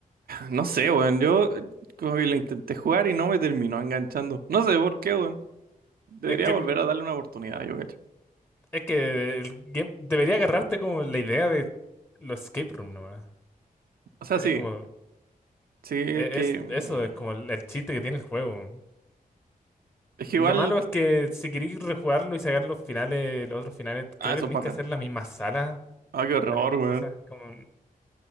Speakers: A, on the right; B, on the left.
A: no sé, weón, yo eh, como que lo intenté jugar y no me terminó enganchando. No sé por qué, weón. Debería
B: Es que,
A: volver a darle una oportunidad, yo cacho.
B: es que el game debería agarrarte como la idea de los escape room nomás.
A: O sea,
B: Es
A: sí,
B: como,
A: Sí, es
B: e-
A: que.
B: es,
A: mm,
B: eso es como el, el chiste que tiene el juego.
A: Es que
B: Lo
A: igual.
B: malo es que si queréis rejugarlo y sacar los finales, los otros finales,
A: Ah,
B: creo
A: eso
B: que tenéis
A: paja.
B: que hacer las mismas salas,
A: Ah, qué horror,
B: las mismas
A: weón.
B: cosas, como,